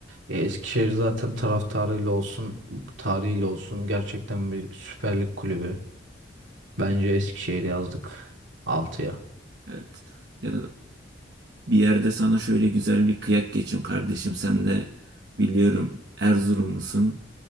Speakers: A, on the right; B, on the right.
A: E, Eskişehir zaten taraftarıyla olsun, tarihiyle olsun gerçekten bir Süper Lig kulübü. Bence Eskişehir'i yazdık altıya.
B: Evet. Ya Bir yerde sana şöyle güzel bir kıyak geçeyim kardeşim. Sen de biliyorum Erzurumlusun.